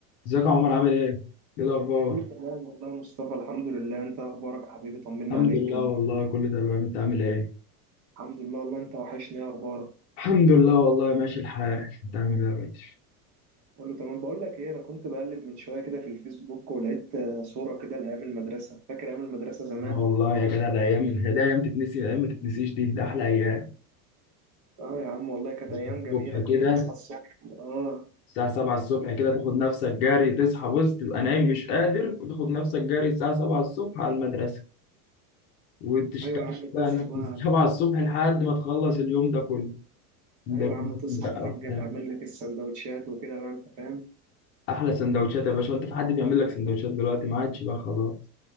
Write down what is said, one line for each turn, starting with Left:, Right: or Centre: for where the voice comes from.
Left: ازيك يا عمر عامل ايه؟ ايه الاخبار؟
Right: كله تمام والله يا مصطفى الحمد لله انت اخبارك يا حبيبي طمنا
Left: الحمد
Right: عليك
Left: لله
Right: كده
Left: والله كله تمام انت عامل ايه؟
Right: الحمد لله والله انت وحشني ايه اخبارك
Left: الحمد لله والله ماشي الحال انت عامل ايه يا باشا؟
Right: كله تمام بقول لك ايه انا كنت بقلب من شويه كده في الفيسبوك ولقيت آه، صوره كده لايام المدرسه فاكر ايام المدرسه زمان
Left: اه والله يا جدع ده ايام هي ده ايام تتنسي ايام ما تتنسيش دي ده احلى ايام
Right: اه يا عم والله كانت ايام
Left: الصبح
Right: جميله
Left: كده
Right: كنت تصحى الصبح اه
Left: الساعة 7 الصبح كده تاخد نفسك جري تصحى بص تبقى نايم مش قادر وتاخد نفسك جري الساعة 7 الصبح على المدرسة وتشتغل
Right: ايوه يا عم
Left: بقى
Right: تصحى
Left: هناك
Right: بقى
Left: من 7 الصبح لحد ما تخلص اليوم ده كله مدرسين
Right: ايوه يا عم تصحى
Left: بقى
Right: الحاجه
Left: وبتاع
Right: تعمل لك السندوتشات وكده بقى انت فاهم
Left: احلى سندوتشات يا باشا وانت في حد بيعمل لك سندوتشات دلوقتي ما عادش بقى خلاص